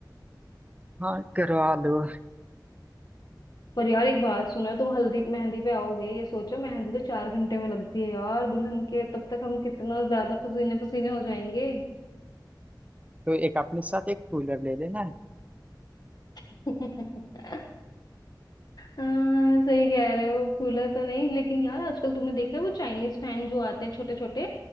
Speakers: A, on the right; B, on the left.
A: हाँ करवा लो
B: <laughs> पर यार एक बात सुना तुम हल्दी मेहंदी पे आओगे ये सोचो मेहंदी तो चार घंटे में लगती है यार दुल्हन के तब तक हम कितना ज्यादा पसीने पसीने हो जाएंगे
A: तो एक अपने साथ एक कूलर ले लेना है
B: <laughs> हाँ सही कह रहे हो कूलर तो नहीं लेकिन यार आजकल तुमने देखा है वो चाइनीज फैन जो आते हैं छोटे छोटे